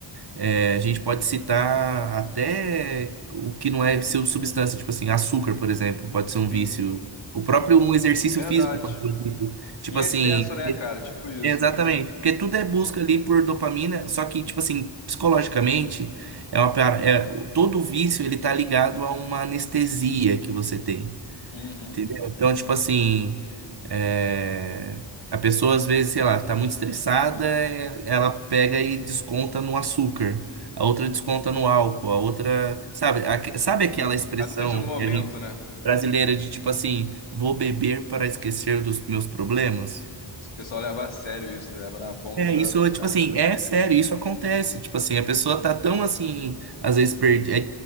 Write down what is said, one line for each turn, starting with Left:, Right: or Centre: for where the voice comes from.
Right: É, a gente pode citar até o que não é seu substância, tipo assim, açúcar, por exemplo, pode ser um
Left: Sim,
Right: vício. O próprio um exercício
Left: verdade.
Right: físico pode ser um vício. Tipo
Left: Em excesso,
Right: assim,
Left: né, cara? Tipo isso.
Right: é, exatamente. Porque tudo é busca ali por dopamina, só que, tipo assim, psicologicamente, é uma, pa- é, todo vício ele tá ligado a uma anestesia que você tem.
Left: Uhum.
Right: Entendeu? Então, tipo assim, é, a pessoa às vezes, sei lá, tá muito estressada, é, ela pega e desconta no açúcar, a outra desconta no álcool, a outra, sabe, aque- sabe aquela
Left: Sim.
Right: expressão
Left: Cada um tem seu momento,
Right: que a gente
Left: né?
Right: brasileira de tipo assim, vou beber para esquecer dos meus problemas?
Left: O pessoal leva a sério isso, leva na ponta
Right: É,
Left: da,
Right: isso,
Left: da
Right: tipo
Left: caneta.
Right: assim, é sério, isso acontece. Tipo assim, a pessoa tá tão assim, às vezes perde. é